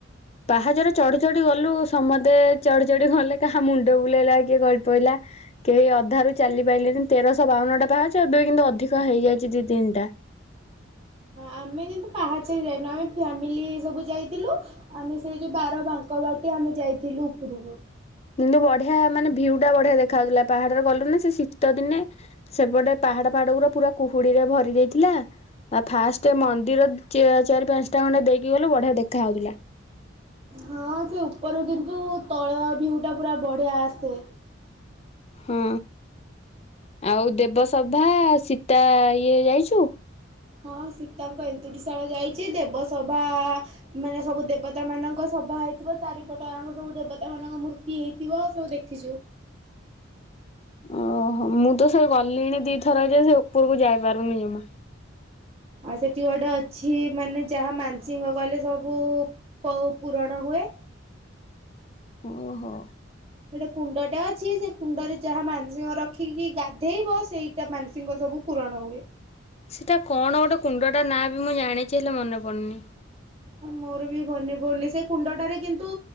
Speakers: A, on the left (about 30°); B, on the right (about 30°).
A: ପାହାଚରେ ଚଢି ଚଢି ଗଲୁ ସମସ୍ତେ ଚଢି ଚଢି ଗଲେ କାହା ମୁଣ୍ଡ ବୁଲେଇଲା କିଏ ଗଳି ପଇଲା କେହି ଅଧାରୁ ଚାଲି ପାଇିଲେନି। ତେରଶହ ବାଉନଟା ପାହାଚ ଏବେ କିନ୍ତୁ ଅଧିକ ହେଇଯାଇଛି ଦି ତିନିଟା।
B: ଆମେ କିନ୍ତୁ ପାହାଚାରେ ଯାଇନୁ ଆମେ ଫ୍ୟାମିଲି ସବୁ ଯାଇଥିଲୁ ଆମେ ସେଇ ଯୋଉ ବାର ବାଙ୍କ ବାଟେ ଆମେ ଯାଇଥିଲୁ ଉପରକୁ।
A: କିନ୍ତୁ ବଢିଆ ମାନେ ଭିଉଟା ବଢିଆ ଦେଖା ଯାଉଥିଲା ପାହାଡରେ ଗଲୁ ନା ସେ ଶୀତ ଦିନେ ସେପଟେ ପାହାଡ ପାହାଡ ଗୁର ପୁରା କୁହୁଡିରେ ଭରି ଦେଇଥିଲା ଆଉ ଫାଷ୍ଟ ମନ୍ଦିର ଚାରି ପାଞ୍ଚଟା ଖଣ୍ଡେ ଦେଇକି ଗଲୁ ବଢିଆ ଦେଖାଉଥିଲା।
B: ହଁ ସେ ଉପରୁ କିନ୍ତୁ ତଳ ଭିଉଟା ପୁରା ବଢିଆ ଆସେ।
A: ହଁ ଆଉ ଦେବସଭା ସୀତା ଇଏ ଯାଇଛୁ।
B: ହଁ ସୀତାଙ୍କ ଏନ୍ତୁଡ଼ିଶାଳ ଯାଇଛି ଦେବ ସଭା ମାନେ ସବୁ ଦେବତା ମାନଙ୍କ ସଭା ହେଇଥିବ ଚାରିପଟ ଯାକ ସବୁ ଦେବତା ମାନଙ୍କ ମୂର୍ତ୍ତି ହେଇଥିବ ସବୁ ଦେଖିଛୁ।
A: ଓହୋ ମୁଁ ତ ସେ ଗଲିଣି ଦିଥର ଯେ ସେ ଉପରକୁ ଯାଇପାରୁନି ଜମା।
B: ଆଉ ସେଠି ଗୋଟେ ଅଛି ମାନେ ଯାହା ମାନସିକ କଲେ ସବୁ ପ ପୂୁରଣ ହୁଏ।
A: ଓହୋ।
B: ଗୋଟେ କୁଣ୍ଡଟେ ଅଛି ସେ କୁଣ୍ଡରେ ଯାହା ମାନସିକ ରଖିକି ଗାଧେଇବ ସେଇଟା ମାନସିକ ସବୁ ପୂରଣ ହୁଏ।
A: ସେଟା କଣ ଗୋଟେ କୁଣ୍ଡଟା ନାଁ ବି ମୁଁ ଜାଣିଛି ହେଲେ ମନେ ପଡୁନି।
B: ମୋର ବି ମନେ ପଡୁନି ସେ କୁଣ୍ଡଟାରେ କିନ୍ତୁ